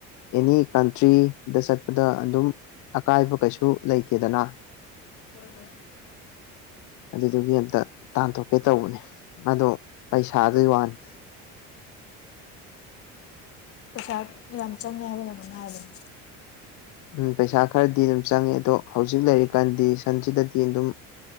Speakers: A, on the left (about 65°); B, on the left (about 45°).
A: ꯑꯦꯅꯤ ꯀꯟꯇ꯭ꯔꯤꯗ ꯆꯠꯄꯗ ꯑꯗꯨꯝ ꯑꯀꯥꯏꯕ ꯀꯩꯁꯨ ꯂꯩꯇꯦꯗꯅ
B: ꯍꯣꯢ ꯍꯣꯢ
A: ꯑꯗꯨꯗꯨꯒꯤ ꯑꯝꯇ ꯇꯥꯟꯊꯣꯛꯀꯦ ꯇꯧꯕꯅꯦ ꯑꯗꯣ ꯄꯩꯁꯥꯗꯨꯢ ꯋꯥꯅꯦ
B: ꯄꯩꯁꯥ ꯌꯥꯝ ꯆꯪꯉꯦ ꯍꯥꯢꯕꯔ ꯀꯩꯅꯣꯝ ꯍꯥꯢꯕꯅꯦ
A: ꯎꯝ ꯄꯩꯁꯥ ꯈꯔꯗꯤ ꯑꯗꯨꯝ ꯆꯪꯉꯦ ꯑꯗꯣ ꯍꯧꯖꯤꯛ ꯂꯩꯔꯤꯕꯔꯤ ꯀꯟꯗꯤꯁꯟꯁꯤꯗꯗꯤ ꯑꯗꯨꯝ